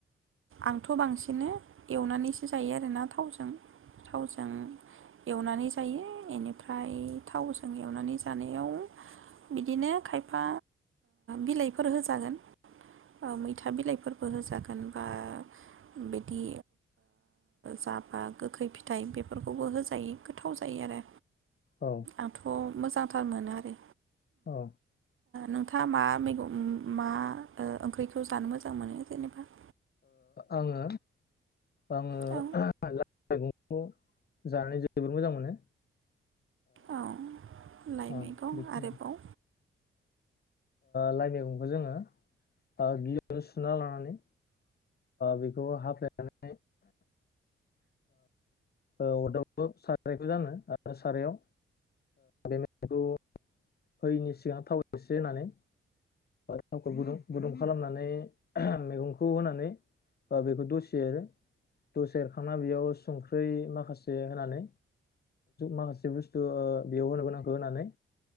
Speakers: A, on the right; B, on the left.
A: आंथ' बांसिन एवनानैसो जायो आरोना थावजों थावजों एवनानै जायो यिनिफ्राय थावजों एवनानै जानायाव बिदिनो खायफा बिलाइफोर होजागोन मैथा बिलाइफोर फोर होजागोन बा बिदि जाबा गोखै फिथाइ बेफोरखौबो होजायो गोथाव जायो आरो
B: औ
A: आंथ' मोजां थार मोनो आरो
B: औ
A: नोंथाङा मा मैगं मा ओंख्रिखौ जानो मोजां मोनो जेनेबा
B: आङो आङो
A: औ
B: लाइ मैगंखौ जानानै <unintelligible> जोबोद मोजां मोनो
A: औ लाइ
B: आं
A: मैगं
B: बेखिनिआनो
A: आरोबाव
B: लाइ मैगंखौ जोङो गियावनो सुना लानानै बेखौ हाफ्लेयनानै अरदाब सारायखौ जानो आरो सारायाव बे मैगंखौ हैयैनि सिगां थाव एसे होनानै थावखौ गुदुं गुदुं खालामनानै मैगंखौ होनानै बा बेखौ दसे एर दसे एरखांना बेयाव संख्रै माखासे होनानै माखासे बुस्थु बेयाव होनोगोनांखौ होनानै